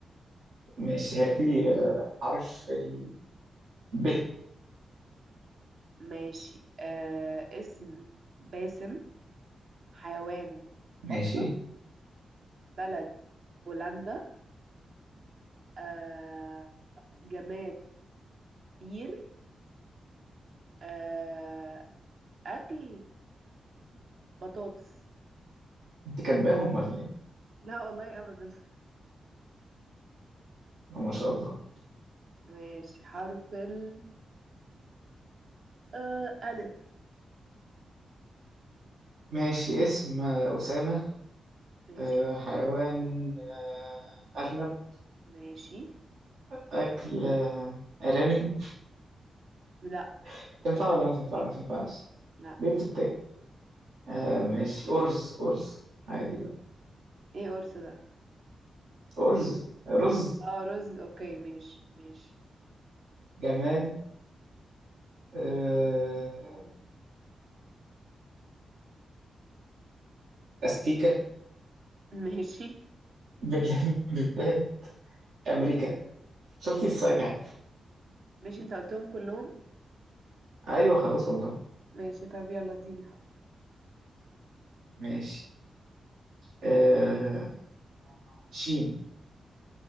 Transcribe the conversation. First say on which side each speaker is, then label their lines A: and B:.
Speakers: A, on the right; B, on the right.
A: ماشي هاتي آه، حرف ال ب
B: ماشي آه اسم باسم حيوان بطة
A: ماشي
B: بلد بولندا آه جماد بير آه أكل بطاطس
A: انت كاتباهم ولا ايه؟
B: لا والله أبدا
A: آه، ما شاء الله
B: ماشي حرف ال آه ألف
A: ماشي اسم آه، أسامة
B: ماشي
A: آه، حيوان آه، أرنب
B: ماشي
A: أكل آه، أرانب
B: لا
A: <laughs> تنفع
B: شوف لك
A: ولا
B: ألف
A: ما تنفع؟
B: تاني
A: ما تنفعش
B: لا
A: ليه بتتاكل؟ آه ماشي أرز أرز عادي بقى
B: ايه قرص ده
A: أرز رز
B: اه رز اوكي ماشي ماشي
A: جماد آه، أستيكة
B: <laughs> ماشي
A: بلاد <laughs> بلاد أمريكا شفتي السجع
B: ماشي انت قلتهم كلهم
A: أيوة خلاص والله
B: ماشي طب يلا اديني حرف
A: ماشي آه، شين